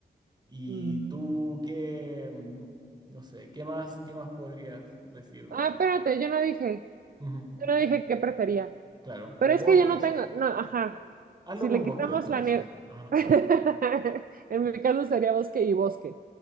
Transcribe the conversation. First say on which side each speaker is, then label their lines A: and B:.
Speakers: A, on the right; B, on the right.
A: Y
B: Mm.
A: tú, ¿qué, mm, no sé, qué más, qué más podrías decir de
B: Ah,
A: eso?
B: espérate, yo no dije,
A: Ujú,
B: yo no dije qué prefería.
A: claro,
B: Pero
A: o
B: es
A: bosques,
B: que yo no tengo, no, ajá.
A: hazlo
B: Si
A: con
B: le quitamos
A: bosque entonces,
B: la nieve,
A: ajá,
B: <laughs> en mi caso sería bosque y bosque.